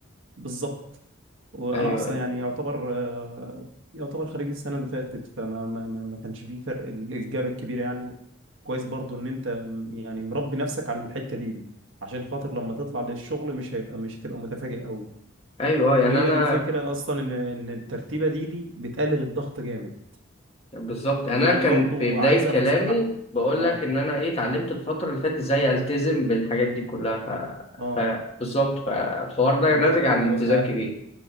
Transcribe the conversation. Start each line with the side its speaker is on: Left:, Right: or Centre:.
Right: بالظبط وأنا
Left: أيوه
Right: أصلا
Left: أيوه
Right: يعني يعتبر آه، يعتبر خريج السنة اللي فاتت فما ما ما ما كانش فيه فرق ال- الجاب الكبير يعني كويس برضو إن أنت م- يعني مربي نفسك على الحتة دي دي عشان خاطر لما تطلع للشغل مش هيبقى مش هتبقى متفاجئ قوي
Left: أيوه آه، يعني
Right: وهي
Left: أنا
Right: الفكرة أصلا إن إن الترتيبة دي دي بتقلل الضغط جامد
Left: بالظبط يعني
Right: ويعني
Left: أنا كان
Right: برضو
Left: في بداية
Right: عايزة
Left: كلامي
Right: نصيحة
Left: بقول
Right: آه
Left: لك إن أنا إيه اتعلمت الفترة اللي فاتت إزاي ألتزم بالحاجات دي كلها ف...
Right: آه
Left: ف... بالظبط فالحوار ده
Right: وبرضو
Left: ناتج عن التزام
Right: آه،
Left: كبير